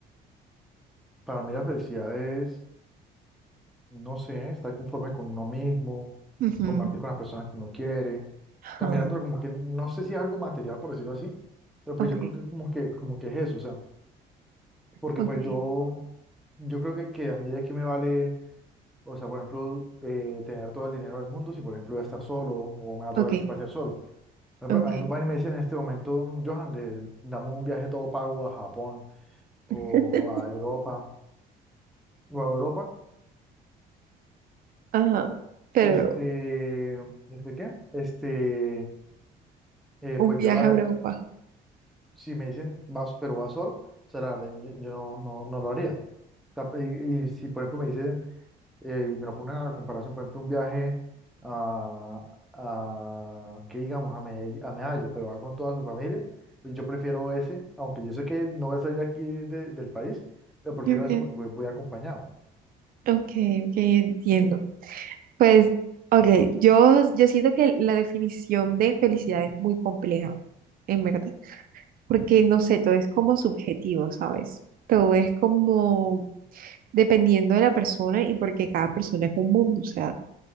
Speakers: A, in the centre; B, on the right.
A: Para mí la felicidad es, no sé, estar conforme con uno mismo,
B: Ujú.
A: compartir con las personas que uno quiere. O
B: Ajá.
A: sea, mirándolo como que, no sé si es algo material, por decirlo así, pero pues
B: Ok,
A: yo creo que como que, como que es eso. O sea, porque
B: ok,
A: pues yo, yo creo que, que a medida que me vale. O sea, por ejemplo, eh, tener todo el dinero del mundo, si por ejemplo voy a estar solo o me va a tocar
B: ok,
A: que pasear solo. Por
B: ok.
A: ejemplo, a mí me van y me dicen en este momento, Johan, eh, dame un viaje todo pago a Japón o
B: <laughs>
A: a Europa o a Europa.
B: Ajá, pero
A: Este, ¿este qué? Este, eh,
B: un
A: pues
B: viaje
A: yo la verdad,
B: a Europa.
A: si me dicen vas, pero vas solo, o sea, la verdad, yo, yo no, no, no lo haría. O sea, y, y si por ejemplo me dice eh, y me lo pone a comparación, por ejemplo, un viaje a, a que digamos, a, Medell- a Medallo, pero va con toda su familia, pues yo prefiero ese, aunque yo sé que no voy a salir aquí de- del país, pero prefiero
B: Ok,
A: eso porque voy voy acompañado.
B: ok, ok, entiendo. Pues, ok, yo, yo siento que la definición de felicidad es muy compleja, en verdad, porque no sé, todo es como subjetivo, ¿sabes? Todo es como dependiendo de la persona y porque cada persona es un mundo, o sea.